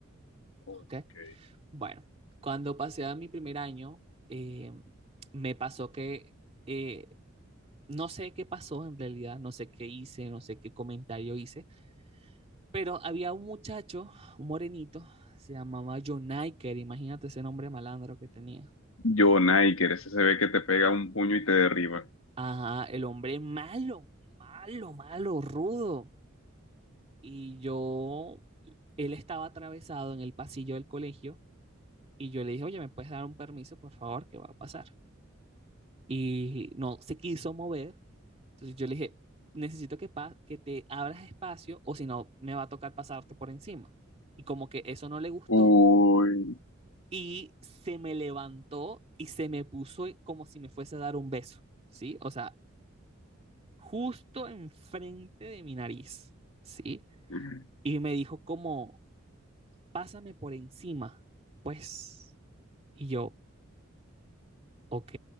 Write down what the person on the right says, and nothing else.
¿ok? Bueno, cuando pasé a mi primer año, eh, me pasó que eh, no sé qué pasó en realidad, no sé qué hice, no sé qué comentario hice, Pero había un muchacho, un morenito, se llamaba John Iker, imagínate ese nombre malandro que tenía.
Ajá, el hombre malo, malo, malo, rudo. Y yo, él estaba atravesado en el pasillo del colegio y yo le dije, oye, ¿me puedes dar un permiso, por favor? ¿Qué va a pasar? Y no se quiso mover. Entonces yo le dije, necesito que, pa- que te abras espacio o si no, me va a tocar pasarte por encima. Y como que eso no le gustó,
y se me levantó y se me puso como si me fuese a dar un beso, ¿sí? O sea, justo enfrente de mi nariz, ¿sí?
Y me dijo como, pásame por encima, pues. Y yo, ok.